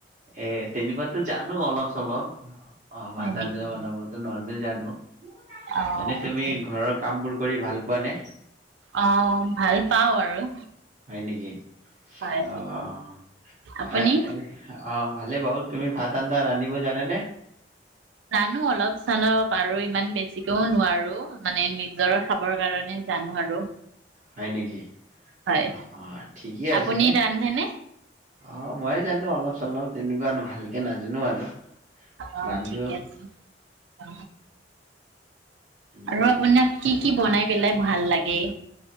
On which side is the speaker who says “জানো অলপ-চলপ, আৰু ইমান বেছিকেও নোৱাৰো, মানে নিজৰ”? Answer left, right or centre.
Right